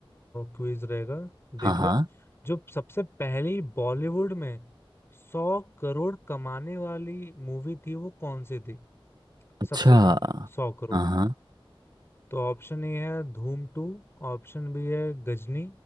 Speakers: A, on the left; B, on the right.
A: क्विज रहेगा देख
B: हाँ हाँ
A: ले जो सबसे पहली बॉलीवुड में सौ करोड़ कमाने वाली मूवी थी वो कौन सी थी
B: अच्छा
A: सबसे पहले सौ करोड़
B: हाँ हाँ
A: तो ऑप्शन ए है धूम टू ऑप्शन बी है गजनी